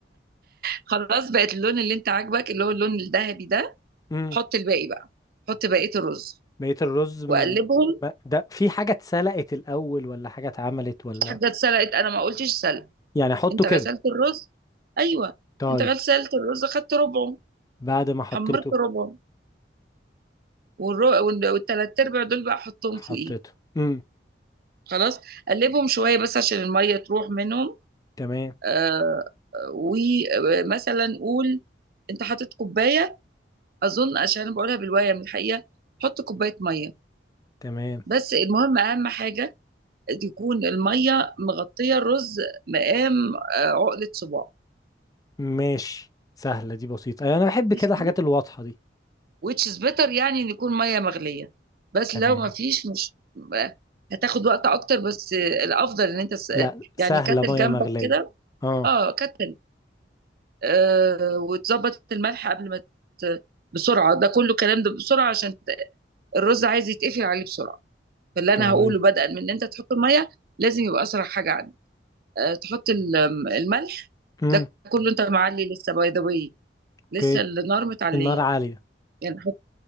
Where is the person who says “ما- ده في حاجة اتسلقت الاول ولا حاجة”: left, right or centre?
Left